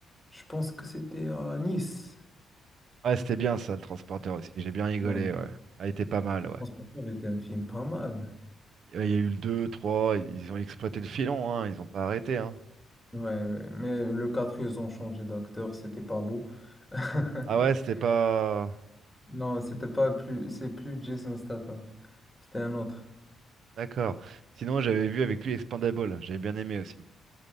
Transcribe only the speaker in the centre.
je pense que c'était à Nice.
Ouais,
le transporteur était un film pas mal.
Ouais, ouais. Mais le 4 ils ont changé d'acteur, c'était pas beau. <laughs>
Non, c'était pas plus, c'est plus Jason Statham. C'était un autre.